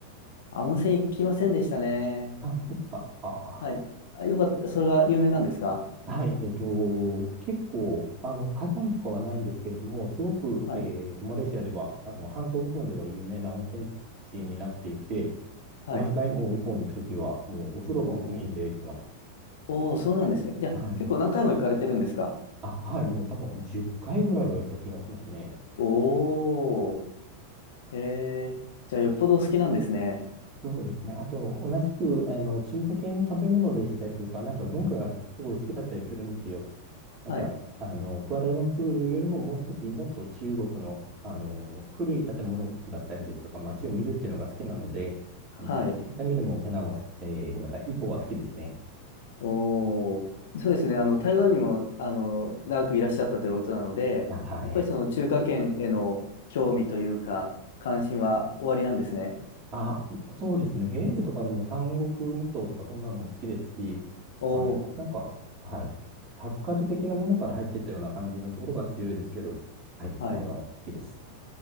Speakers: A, on the left; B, on the right.
A: あ、温泉行きませんでしたね。
B: あ、本当ですかあ
A: はい。あよかった。それが有名なんですか
B: あ。はい。えっと、結構、あの、火山とかはないんですけれども、すごく、
A: はい。
B: えっと、マレーシアでは、あの、半島部分では有名な温泉地になっていて、
A: はい。
B: 毎回もう一本に行くときは、もうお風呂がメインで行ってます。
A: おーおー、そうなんですね。じゃあ、
B: はい。
A: 結構何回も行かれてるんですか
B: あ、はい。もう多分10回ぐらいは行った気がしますね。
A: おー。へえ。じゃあ、よっぽどお好きなんですね。
B: そうですね。あと、同じく、あの、中華系の食べ物でしたりとか、なんか文化がすごい好きだったりするんですよ。
A: はい。
B: なんか、あの、クアラルンプールよりももう少しもっと中国の、あの、古い建物だったりですとか、街を見るっていうのが好きなので、
A: はい。
B: あの、そういった意味でもペナンは、えーごめんなさい、イポは好きですね。
A: おー。そうですね。あの、台湾にも、あの、長くいらっしゃったということなので、
B: あ、はい。
A: やっぱりその中華圏への興味というか、関心はおありなんですね。
B: あ、そうですね。ゲームとかでも三国無双とかそんなのも好きですし、
A: おお
B: はい。なんか、はい。サブカル的なものから入ってったような感じのところが強いですけど、はい。
A: はい。
B: まだ好きです。